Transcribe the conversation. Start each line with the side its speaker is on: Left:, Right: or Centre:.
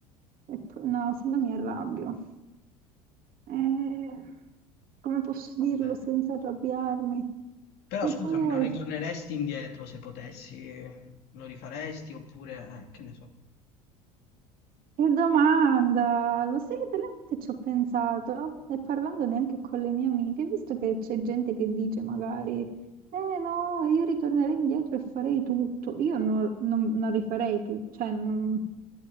Right: e poi- No, se no mi arrabbio. Eh, Come posso
Left: Vabbè.
Right: dirlo senza arrabbiarmi?
Left: Però
Right: Che
Left: scusami,
Right: tu
Left: non
Right: hai
Left: ritorneresti indietro se potessi? Lo rifaresti oppure... Eh, che ne so.
Right: Che domanda! Lo sai che delle volte ci ho pensato e parlando neanche con le mie amiche, visto che c'è gente che dice magari, eh no, io ritornerei indietro e farei tutto. Io non, non- non rifarei tutto, cioè non,